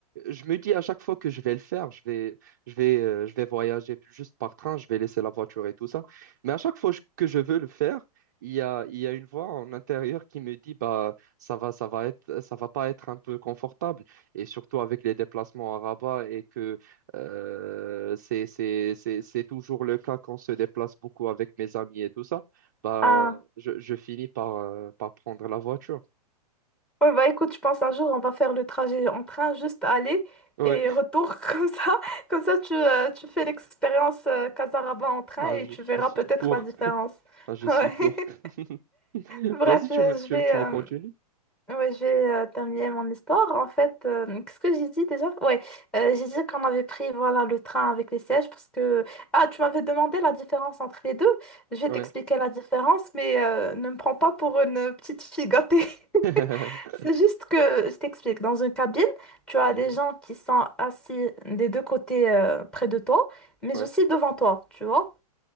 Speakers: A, on the right (about 30°); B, in the centre.
A: je me dis à chaque fois que je vais le faire, je vais, je vais, euh, je vais voyager juste par train, je vais laisser la voiture et tout ça. Mais à chaque fois que je veux le faire, il y a, il y a une voix en intérieur qui me dit, bah, ça va, ça va être, ça va pas être un peu confortable. Et surtout avec les déplacements à Rabat et que, euh, c'est, c'est, c'est, c'est toujours le cas quand on se déplace beaucoup avec mes amis et tout ça, bah,
B: Mm.
A: je, je finis par, euh, par prendre la voiture.
B: Ouais, bah écoute, je pense un jour on va faire le trajet en train, juste aller
A: Ouais.
B: et retour <laughs> comme ça. Comme ça, tu, euh, tu fais l'expérience euh, Casaraba en train
A: Ah,
B: et
A: je,
B: tu verras
A: je suis
B: peut-être
A: pour.
B: la différence.
A: Ah, je
B: Ouais.
A: suis pour.
B: <laughs>
A: <laughs>
B: Bref,
A: Vas-y, tu
B: euh,
A: me,
B: je
A: tu,
B: vais,
A: tu
B: euh,
A: veux continuer?
B: ouais, je vais euh, terminer mon histoire. En fait, euh, qu'est-ce que j'ai dit déjà? Ouais, euh, j'ai dit qu'on avait pris voilà, le train avec les sièges parce que... Ah, tu m'avais demandé la différence entre les deux. Je vais
A: Ouais.
B: t'expliquer la différence, mais euh, ne me prends pas pour une petite fille gâtée.
A: <laughs>
B: C'est juste que, je t'explique, dans une cabine, tu as
A: Mhm.
B: des gens qui sont assis des deux côtés euh, près de toi, mais
A: Ouais,
B: aussi devant toi, tu vois.